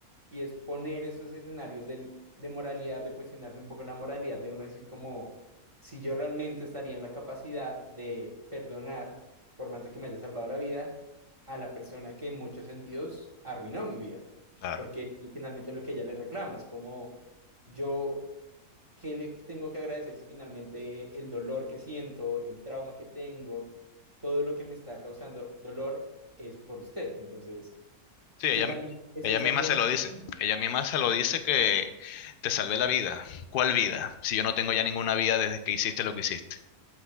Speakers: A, on the right (about 20°); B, on the left (about 70°).
A: y es poner esos escenarios del- de moralidad, de cuestionarse un poco la moralidad, de uno decir como, si yo realmente estaría en la capacidad de perdonar, por más de que me haya salvado la vida, a la persona que en muchos sentidos arruinó mi vida,
B: Claro.
A: porque tú finalmente es lo que ella le reclama es como yo, ¿qué le tengo que agradecer si finalmente el dolor que siento, el trauma que tengo, todo lo que me está causando dolor es por usted? Entonces,
B: Sí,
A: y
B: ella,
A: que también eso
B: ella
A: es
B: misma
A: algo...
B: se
A: muy
B: lo dice. Ella misma se lo dice que te salvé la vida. ¿Cuál vida? Si yo no tengo ya ninguna vida desde que hiciste lo que hiciste.